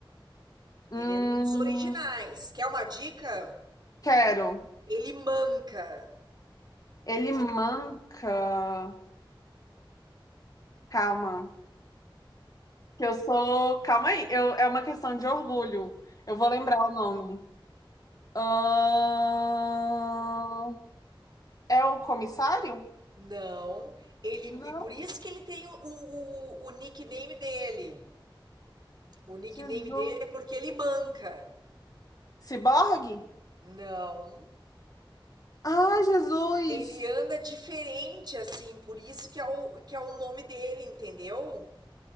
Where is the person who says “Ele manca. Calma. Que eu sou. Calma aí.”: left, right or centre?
Left